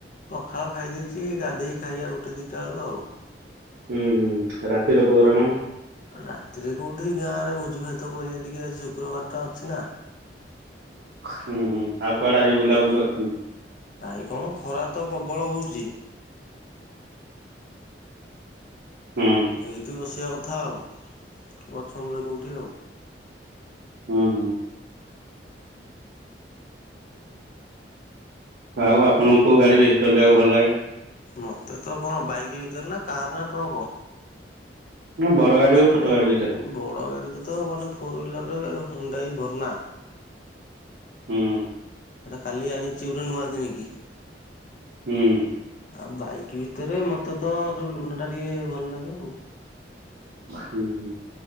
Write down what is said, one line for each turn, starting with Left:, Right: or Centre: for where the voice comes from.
Left: ପଖାଳ ଖାଇ ଦେଇଛି ଗାଧେଇ ଖାଇବା ଗୋଟେ ଦୁଇଟା ବେଳ ଆଉ।
Right: ଉଁ ହୁଁ ରାତିର ପୋଗ୍ରାମ?
Left: ରାତିରେ କୋଉଠି ଗାଁରେ ଭୋଜି ଭାତ କରିବା ଟିକେ ଆଜି ଶୁକ୍ରବାରଟା ଅଛି ନା।
Right: ହୁଁ ହୁଁ ଆଉ କୁଆଡ଼େ ଆଜି ବୁଲାବୁଲି କରଥୁ?
Left: କାଇଁ କଣ ଖରା ତ ପ୍ରବଳ ହଉଚି।
Right: ହୁଁ।
Left: ଏଇଠି ବସିବା କଥା ଆଉ ଗଛ ମୂଳେ କୋଉଠି ଆଉ।
Right: ଉଁ ହୁଁ। ଆଉ ଆପଣଙ୍କୁ କୋଉ ଗାଡ଼ି ବେଶୀ ଚଲେଇବାକୁ ଭଲ ଲାଗେ?
Left: ମତେ ତ କଣ ବାଇକ୍ ଭିତରେ ନା କାର୍ ନା ଟ୍ରକ୍?
Right: ନାଁ ବଡ଼ ଗାଡି ହୋଉ ଆଉ ଛୋଟ ଗାଡ଼ି ଭିତ
Left: ବଡ଼ ଗାଡ଼ିରେ ତ ମାନେ ଫୋର୍ ହୁଇଲରରେ ହୋଣ୍ଡାଇ ଭରନା।
Right: ହୁଁ।
Left: ହେଟା କାଲି ଆଣିଚି ଗୋଟେ ନୂଆ କିଣିକି।
Right: ହୁଁ।
Left: ଆଉ ବାଇକ୍ ଭିତରେ ମୋତ ତ ଯୋଉ ଲୁନାଟା ଟିକେ ଭଲ ଲାଗେ ଆଉ।
Right: ହୁଁ ହୁଁ।